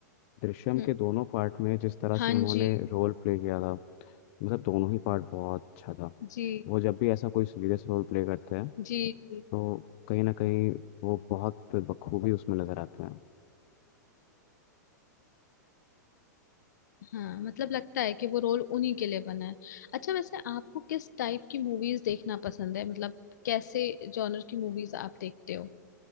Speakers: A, on the left (about 45°); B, on the left (about 70°).
A: दृश्यम
B: हम्म,
A: के दोनों पार्ट में जिस तरह
B: हाँ
A: से उन्होंने
B: जी
A: रोल प्ले किया था मतलब दोनों ही पार्ट बहुत अच्छा था
B: जी
A: वो जब भी ऐसा कोई सीरियस रोल प्ले करते हैं
B: जी जी
A: तो कहीं ना कहीं वो बहुत बखूबी उसमें नज़र आते हैं
B: हाँ मतलब लगता है कि वो रोल उन्हीं के लिए बना है अच्छा वैसे आपको किस टाइप की मूवीज देखना पसंद है मतलब कैसे जॉनर की मूवीज आप देखते हो